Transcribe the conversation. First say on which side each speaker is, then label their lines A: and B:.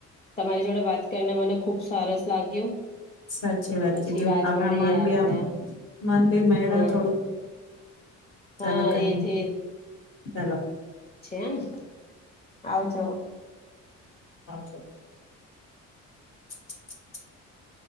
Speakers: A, on the left; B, on the left.
A: તમારી જોડે વાત કરીને મને ખુબ સરસ લાગ્યું
B: સાચી વાત
A: પછી
B: કીધું આપણા
A: મળીએ
B: મન
A: આપડે
B: બી આમ મન ી મેડા
A: હા
B: થોડુંક
A: હા
B: ચાલો કઈ
A: એજ
B: નઈ
A: એજ
B: ચાલો
A: છે ને આવ
B: હછ <unintelligible>